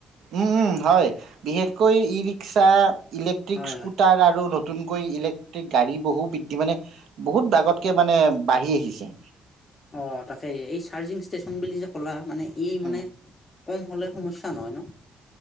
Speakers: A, on the right; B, on the left.
A: উম উম হয় বিশেষকৈ ই ৰিক্সা ইলেক্ট্ৰিক
B: হয়
A: স্কুটাৰ
B: হয়
A: আৰু নতুন, ইলেক্ট্ৰিক গাড়ী বহু বৃদ্ধি মানে বহুত আগতকে মানে বাঢ়ি আহিছে।
B: অ তাকে এই চাৰ্জিং ষ্টেচন বুলি যে ক'লা। মানে ই
A: উম
B: মানে, কম হ'লে সমস্যা নহয় ন,